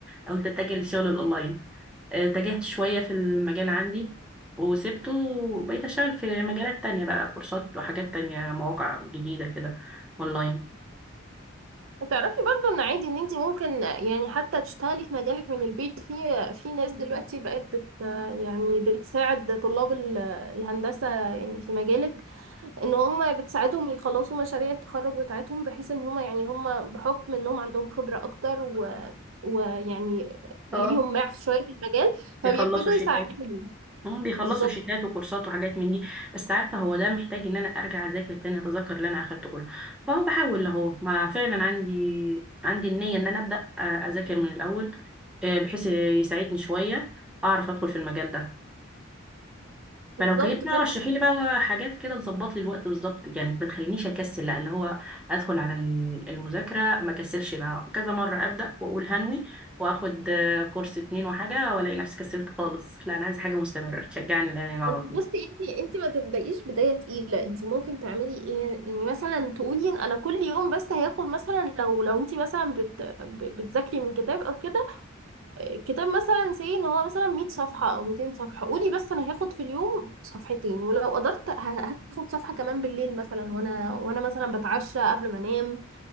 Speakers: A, in the centre; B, on the right.
A: قلت اتجه للشغل الاونلاين إيه، اتجهت شوية في المجال عندي وسبته وبقيت اشتغل في مجالات تانية بقى كورسات وحاجات تانية مواقع جديدة كده اونلاين
B: تعرفي برضو ان عادي ان انت ممكن يعني حتى تشتغلي في مجالك من البيت في في ناس دلوقتي بقت بت يعني بتساعد طلاب ال- الهندسة يعني في مجالك ان هم بتساعدهم يخلصوا مشاريع التخرج بتاعتهم بحيث ان هم يعني هم بحكم انهم عندهم خبرة اكتر و ويعني
A: اه
B: ليهم معرف شوية في المجال فبيبتدوا
A: بيخلصوا شيتات
B: يساعدوهم
A: هم بيخلصوا
B: بالظبط
A: شيتات وكورسات وحاجات من دي بس عارفه هو ده محتاج ان انا ارجع اذاكر تاني اتذكر اللي انا اخدته كله فهو بحاول اهو ما فعلا عندي عندي النيه ان انا ابدا آه، اذاكر من الاول آه، بحيث يساعدني شويه اعرف ادخل في المجال ده فلو
B: بالظبط
A: كيف بقى رشحي لي بقى حاجات كده تظبط لي الوقت بالظبط يعني ما تخلينيش اكسل لا اللي هو ادخل على ال- المذاكره ما كسلش لا كذا مره ابدا واقول هنوي واخد آه، كورس اتنين وحاجه والاقي نفسي كسلت خالص لا انا عايزه حاجه مستمره تشجعني لان على
B: انت
A: طول
B: بصي انت انت ما تبدايش بدايه تقيله انت ممكن تعملي ايه يعني مثلا تقولي ان انا كل يوم بس هياخد مثلا لو لو انت مثلا بت ب- بتذاكري من كتاب او كده آه، كتاب مثلا سي ان هو مثلا 100 صفحه او 200 صفحه قولي بس انا هاخد في اليوم صفحتين ولو قدرت ه- هاخد صفحه كمان بالليل مثلا وانا وانا مثلا بتعشى قبل ما انام